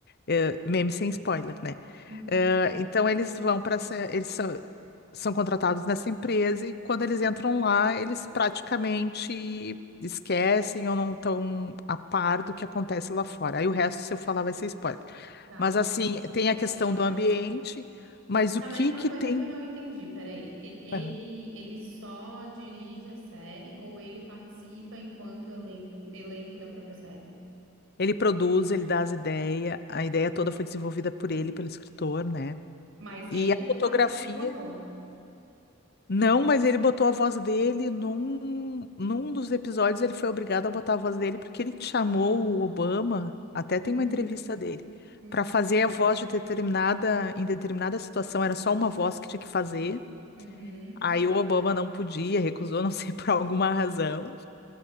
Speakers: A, on the left; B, on the right.
A: É, meme sem spoiler, né?
B: Uhum,
A: É, então eles vão para essa. Eles são, são contratados nessa empresa e quando eles entram lá, eles praticamente esquecem ou não estão a par do que acontece lá fora. Aí o resto, se eu falar, vai ser spoiler.
B: tá.
A: Mas assim, tem
B: Então,
A: a questão
B: sem spoiler.
A: do ambiente, mas o
B: Tá,
A: que
B: mas uma
A: que
B: coisa
A: tem?
B: que eu não entendi, peraí. Ele, ele,
A: Aham.
B: ele só dirige a série ou ele participa enquanto elenco, elenco da própria série?
A: Ele produz, ele dá as ideias, a ideia toda foi desenvolvida por ele, pelo escritor, né?
B: Mas ele
A: E a fotografia
B: não participa como ator.
A: Não, mas ele botou a voz dele num, num dos episódios, ele foi obrigado a botar a voz dele porque ele chamou o Obama, até tem
B: Uhum,
A: uma entrevista dele,
B: uhum,
A: para fazer a voz de determinada, em determinada situação, era só uma voz que tinha que fazer.
B: uhum,
A: Aí o Obama não podia, recusou, não sei <laughs> por alguma razão.